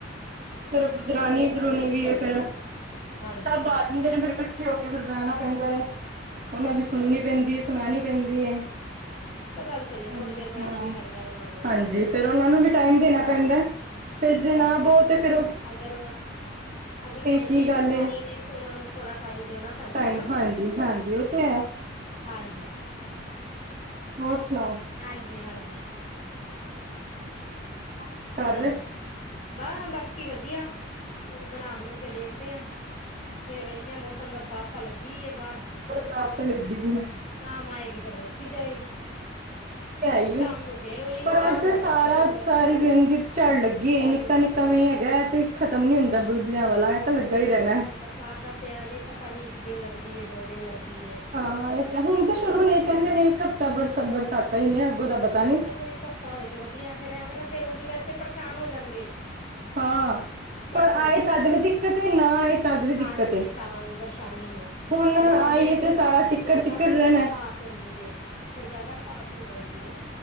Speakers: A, on the right; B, on the left.
A: ਫੇਰ ਗੁਜਰਾਨੀ
B: ਸਾਰਿਆਂ
A: ਦਰੂਨੀ
B: ਦਾ
A: ਵੀ
B: ਹੀ ਹੋ ਜਾਂਦਾ।
A: ਫੇਰ,
B: ਹਾਂਜੀ,
A: ਸਭ ਬਾ ਆਂਦੇ ਨੇ ਫਿਰ ਇਕੱਠੇ ਹੋਕੇ, ਫਿਰ ਬਹਿਣਾ ਪੈਂਦਾ ਹੈ, ਉਹਨਾ
B: ਹਾਂਜੀ,
A: ਦੀ ਸੁਣਨੀ
B: ਹਾਂਜੀ।
A: ਪੇਂਦੀ ਏ ਸੁਣਾਉਣੀ ਪੇਦੀ ਏ।
B: ਹਾਂ, ਇਹ ਤਾਂ ਗੱਲ ਸਹੀ ਹੈ ਥੋੜ੍ਹੀ
A: ਹਾਂ।
B: ਦੇਰ ਬਹਿਣਾ ਵੀ ਪੈਂਦਾ ਉਹਨਾਂ ਕੋਲ
A: ਹਾਂਜੀ, ਫਿਰ ਉਹਨਾ ਨੂੰ ਵੀ ਟਾਈਮ ਦੇਣਾ ਪੈਂਦਾ।
B: ਹਾਂਜੀ,
A: ਫਿਰ ਜੇ
B: ਟਾਈਮ
A: ਨਾ ਬਓ
B: ਦੇਖੋ
A: ਤੇ ਫਿਰ
B: ਅਗਰ ਉਹ, ਅਗਰ ਉਹ ਇੰਨੀ
A: ਕੀ ਗੱਲ
B: ਦੂਰੋਂ
A: ਏ।
B: ਆਏ ਨੇ, ਤੇ ਉਹਨਾਂ ਨੂੰ ਥੋੜਾ ਟਾਈਮ ਦੇਣਾ ਪੈਂਦਾ
A: ਟਾਈਮ,
B: ਨਾ ਫੇਰ
A: ਹਾਂਜੀ-ਹਾਂਜੀ, ਉਹ ਤੇ ਹੈ।
B: ਹਾਂਜੀ।
A: ਹੋਰ ਸੁਣਾਓ?
B: ਹਾਂਜੀ, ਹਾਂਜੀ,
A: ਹੋਰ ਕੀ ਕਰ
B: ਹਾਂਜੀ
A: ਰਹੇ।
B: ਬਾ, ਬਾਕੀ ਵਧੀਆ, ਹੁਣ ਬਣਾ-ਬੁਣੂਕੇ ਦੇਖਦੇ ਆਂ। ਫਿਰ ਵਖਲਿਆ ਮੌਸਮ ਬਰਸਾਤ ਤਾਂ ਲੱਗੀ ਏ ਬਾਹਰ।
A: ਬਰਸਾਤ ਤੇ ਲੱਗੀ ਦੀ ਏ।
B: ਸ਼ਾਮ ਆਏਗੀ ਫੇਿਰ ਦੇਖੀ ਜਾਏਗੀ
A: ਆਈਏ।
B: ਸ਼ਾਮ ਨੂੰ ਫੇਰ ਉਹੀ ਰੌਲਾ
A: ਪਰ ਅੱਜ
B: ਹੋ ਜਾਣਾ
A: ਤਾਂ ਸਾਰਾ
B: ਕੀ ਬਣਾਣਾ
A: ਸਾਰੇ ਦਿਨ ਦੀ ਝੜ ਲੱਗੀ
B: ਕੀ ਚਾੜਨਾ।
A: ਨਿੱਕਾ-ਨਿੱਕਾ ਕਵੇਂ ਹੈਗਾ ਤੇ ਖਤਮ ਨੀ ਹੁੰਦਾ। ਬੁਲਬੁਲਿਆਂ ਵਾਲਾ ਐ ਤਾਂ ਲੱਗਾ ਈ ਰਹਿਣਾ।
B: ਵਰਦਾ ਪਿਆ ਪਤਾ ਨੀ ਇੱਕ ਦਿਨ ਲੱਗਦੀ ਏ, ਦੋ ਦਿਨ ਲੱਗਦੀ ਏ।
A: ਹਾਂ, ਇਹ ਹੁਣ
B: ਬਸ
A: ਤੇ
B: ਫੇਰ
A: ਸ਼ੁਰੂ ਨੇ,
B: ਐਵੇ ਨਾ
A: ਕਹਿੰਦੇ ਨੇ ਇੱਕ ਹਫ਼ਤਾ ਬਰਸ, ਬਰਸਾਤਾ ਹੀ ਨੇ ਅੱਗੋਂ ਦਾ ਪਤਾ ਨੀ।
B: ਚਲੋ, ਇੱਕ ਹਫ਼ਤਾ ਹੋਏ ਤੇ ਵਧੀਆ, ਫੇਰ ਐਵੇਂ ਨਾ ਫੇਰ ਉਂਝ ਵੈਸੇ ਪਰੇਸ਼ਾਨ ਹੋ ਜਾਣਗੇ।
A: ਹਾਂ।
B: ਚਿੱਕੜ
A: ਪਰ
B: ਤੋਂ
A: ਆਏ, ਤੱਦ ਵੀ ਦਿੱਕਤ ਏ, ਨਾ ਆਏ ਤੱਦ ਵੀ
B: ਹਾਂਜੀ
A: ਦਿੱਕਤ ਏ।
B: ਤਾਂ ਵੀ ਪਰੇਸ਼ਾਨੀ ਏ।
A: ਹੁਣ
B: ਫੇਰ ਗਰਮੀ
A: ਆਈਏ
B: ਏ, ਫੇਰ
A: ਤੇ ਸਾਰਾ ਚਿੱਕੜ-ਚਿੱਕੜ
B: ਜਿਆਦਾ ਹੁੰਮਸ,
A: ਰਹਿਣਾ
B: ਭੜਾਸ ਹੁੰਦੀਏ, ਫੇਰ ਜਿਆਦਾ ਭੜਾਸ ਹੋ ਜਾਂਦੀ ਹੈ ਨਾ।